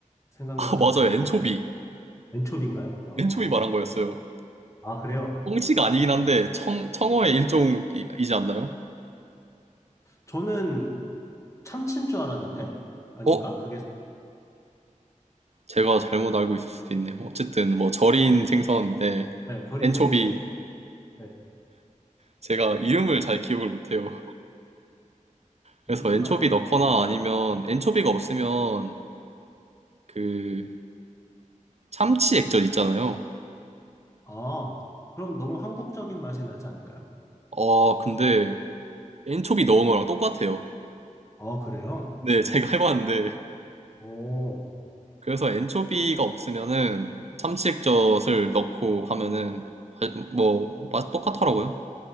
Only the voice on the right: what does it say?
아, <laughs> 맞아요. 엔초비.
엔초비 말한 거였어요.
꽁치가 아니긴 한데 청 청어의 일종이지 않나요?
어?
제가 잘못 알고 있을 수도 있네요. 어쨌든 뭐 절인 생선, 네.
엔초비.
제가 이름을 잘 기억을 못해요. 그래서
엔초비
넣거나 아니면 엔초비가 없으면 그 참치 액젓 있잖아요.
아, 근데 엔초비 넣은 거랑 똑같아요.
네, <laughs> 제가 해봤는데.
그래서 엔초비가 없으면은 참치 액젓을 넣고 하면은 바- 뭐, 맛 똑같더라고요.